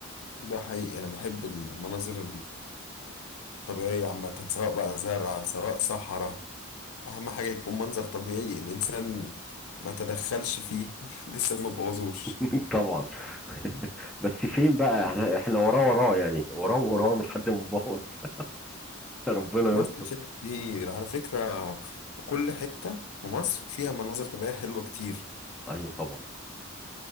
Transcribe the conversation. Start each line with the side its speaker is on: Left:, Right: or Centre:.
Left: ده حقيقي انا بحب المناظر الطبيعيه عامه سواء بقى زرع سواء صحراء اهم حاجه يكون منظر طبيعي الانسان ما تدخلش فيه <laughs> لسه ما بوظوش
Centre: <laughs> طبعا <laughs> بس فين بقى احنا احنا وراه وراه يعني وراهم وراهم لحد ما نبوظ <laughs> ربنا
Left: مصر
Centre: يستر
Left: فيها كتير على فكره وكل حته في مصر فيها مناظر طبيعيه حلوه كتير
Centre: ايوه طبعا